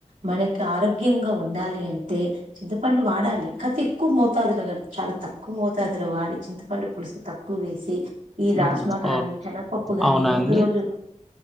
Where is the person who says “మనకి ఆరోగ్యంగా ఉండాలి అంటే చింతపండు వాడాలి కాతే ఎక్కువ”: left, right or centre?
Right